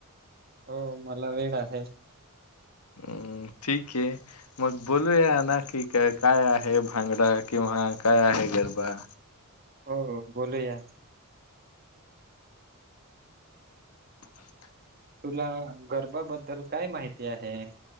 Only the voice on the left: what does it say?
हम्म ठीक ये. मग बोलूया ना कि काय काय आहे भांगडा किंवा काय आहे गरबा.
<inaudible>